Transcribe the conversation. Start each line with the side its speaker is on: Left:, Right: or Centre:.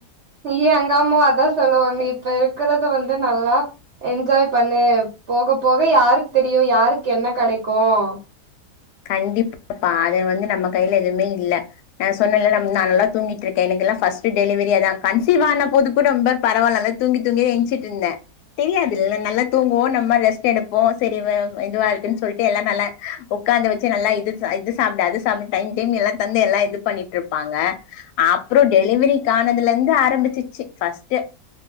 Right: ஐயே எங்க அம்மாவும் அதான் சொல்லுவாங்க இப்ப இருக்கிறத வந்து நல்லா என்ஜாய் பண்ணு போக போக யாருக்கு தெரியும் யாருக்கு என்ன கடைக்கும்
Left: கண்டிப்பாப்பா அது வந்து நம்ம கையில எதுமே இல்லை நான் சொன்னேல்ல நம் நான் நல்லா தூங்கிட்டு இருக்கேன் எனக்குெல்லாம் ஃபஸ்ட்டு டெலிவரியே அதா கன்சிவ் ஆன போது கூட ரொம்ப பரவாயில்ல நல்லா தூங்கி தூங்கியே எஞ்ச்சிட்டு இருந்தேன் தெரியாது இல்ல நல்லா தூங்குவோம் நம்ம ரெஸ்ட்டு எடுப்போம் சரி வ இதுவா இருக்குன்னு சொல்ட்டு எல்லாம் நல்லா ஒக் ஒக்காந்த வச்சு நல்லா இது இது சாப்டு அது சாப்டு டைம் டைம் எல்லா தந்து எல்லா இது பண்ணிட்ருப்பாங்க அப்றோ டெலிவரி காணதுலந்து ஆரம்பிச்சிச்சு ஃபர்ஸ்ட்டு